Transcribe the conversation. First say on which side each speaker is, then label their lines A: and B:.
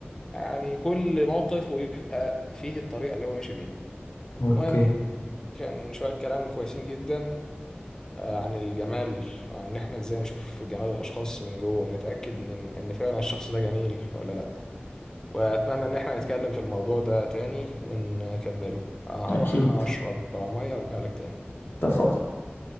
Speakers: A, on the left; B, on the left.
A: يعني كل موقف ويبقى فيه الطريقه اللي هو ماشي بيها
B: اوكي
A: المهم كان شويه كلام كويسين جدا آه، عن الجمال وعن ان احنا ازاي نشوف جمال الاشخاص من جوه ونتاكد من ان فعلا الشخص ده جميل ولا لا واتمنى ان احنا نتكلم في الموضوع ده تاني ونكمله آه،
B: اكيد
A: هروح اشرب ميه وارجع لك تاني
B: اتفقنا